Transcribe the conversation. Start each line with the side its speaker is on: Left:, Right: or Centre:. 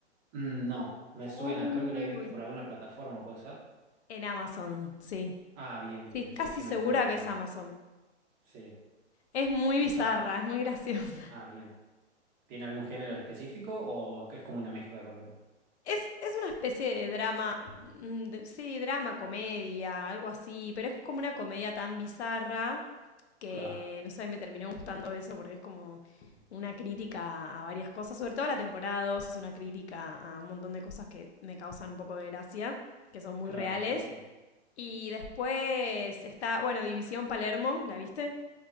Right: Mm, no, me suena,
Left: Uy.
Right: creo que lo he visto por alguna plataforma, ¿puede ser?
Left: En Amazon, sí.
Right: Ah, bien, bien,
Left: Sí,
Right: bien.
Left: casi
Right: sí, sí,
Left: segura
Right: me sonaba
Left: que
Right: que
Left: es
Right: algo.
Left: Amazon.
Right: Sí.
Left: Es muy
Right: Esa,
Left: bizarra, es muy graciosa.
Right: ah, bien. ¿Tiene algún género específico o que es como una mezcla, por ejemplo?
Left: Es, es una especie de drama, mm, de- sí, drama, comedia, algo así, pero es como una comedia tan bizarra que,
Right: Claro,
Left: no sé, me terminó gustando eso porque es como una crítica a varias cosas, sobre todo la temporada 2 es una crítica a un montón de cosas que me causan un poco de gracia, que son muy
Right: claro,
Left: reales.
Right: sí, sí.
Left: Y después está, bueno, División Palermo, ¿la viste?